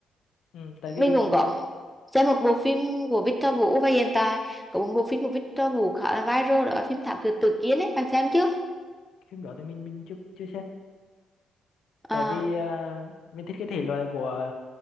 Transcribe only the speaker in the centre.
mình cũng có xem một bộ phim của Victor Vũ và hiện tại có một bộ phim của Victor Vũ khá là viral đó là phim Thám Tử Tử Kiên ấy bạn xem chưa
Ờ,